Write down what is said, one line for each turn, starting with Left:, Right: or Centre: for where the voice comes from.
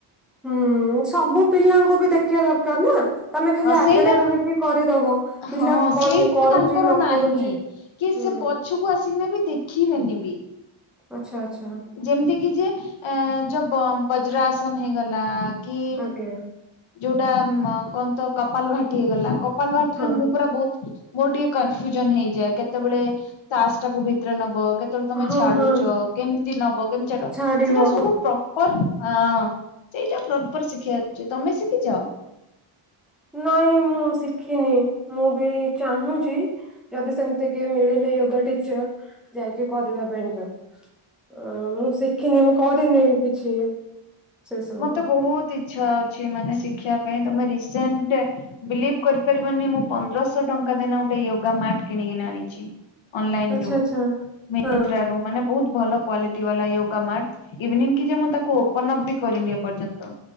Centre: ହୁଁ ସବୁ ପିଲାଙ୍କୁ ବି ଦେଖିବା ଦରକାର ନା ତମେ ଖାଲି
Left: ହଁ
Centre: ଆଗରେ
Left: ସେଇଟା
Centre: ରହିକି କରିଦବ। ପିଲା
Left: ହଁ
Centre: କଣ
Left: ସେଇଟା
Centre: କରୁଛି
Left: ତାଙ୍କର
Centre: ନ
Left: ନାହିଁ
Centre: କରୁଛି
Left: କି
Centre: ହୁଁ
Left: ସେ ପଛକୁ ଆସିକିନା ବି ଦେଖିବେନି ବି।
Centre: ଆଚ୍ଛା ଆଚ୍ଛା।
Left: ଯେମିତି କିି ଯେ ଏ ଯୋଉ ବଜରା ଆସନ ହେଇଗଲା। କି
Centre: ଆଜ୍ଞା
Left: ଯୋଉଟା କନ୍ ତ କପାଲ ଭାଟି ହେଇଗଲା। କପାଲଭାଟିରେ
Centre: ହଁ
Left: ମୁଁ ପୁରା ବହୁତ ମୋର ଟିକେ କନଫ୍ୟୁଜନ୍ ହେଇଯାଏ କେତେବେଳେ ସାସ୍ ଟାକୁ ଭିତରେ ନବ କେତେବେଳେ ତମେ
Centre: ହଁ
Left: ଛାଡୁଛ
Centre: ହଁ
Left: କେମିତି ନବ କେମିତି ଛାଡ
Centre: ଛାଡିବ
Left: ସେଟା ସବୁ ପ୍ରପର୍ ଅଁ ସେଇଟା ପ୍ରପର୍ ଶିଖିବା ଅଛି, ତମେ ଶିଖିଛ।
Centre: ନାଇଁ ମୁଁ ଶିଖିନି। ମୁଁ ବି ଚାହୁଁଛି ଯଦି ସେମିତି କିଏ ମିଳିଲେ ୟୋଗା ଟିଚର୍, ଯାଇକି କରିବା ପାଇଁକା ଅ ମୁଁ ଶିଖିନି, ମୁଁ କରିନି କିଛି। ସେ ସବୁ
Left: ମତେ ବହୁତ ଇଚ୍ଛା ଅଛି ମାନେ ଶିଖବା ପାଇଁ। ତମେ ରିସେଣ୍ଟ ବିଲିଭ୍ କରିପାରିବନି ମୁଁ ପନ୍ଦରଶହ ଟଙ୍କା ଦେଇନା ଗୋଟେ ୟୋଗା ମ୍ୟାଟ୍ କିଣିକିନା ଆଣିଚି। ଅନଲାଇନରୁ,
Centre: ଆଚ୍ଛା ଆଚ୍ଛା
Left: ମ୍ୟନ୍ତ୍ରାରୁ
Centre: ହଁ
Left: ମାନେ ବହୁତ ଭଲ କ୍ଵାଲିଟି ବାଲା ୟୋଗା ମ୍ୟାଟ୍। ଇଭିନିଂ କି ଯେ ମୁଁ ତାକୁ ଓପନ ଅପ୍ ବି କରିନି ଏପର୍ଯ୍ୟନ୍ତ।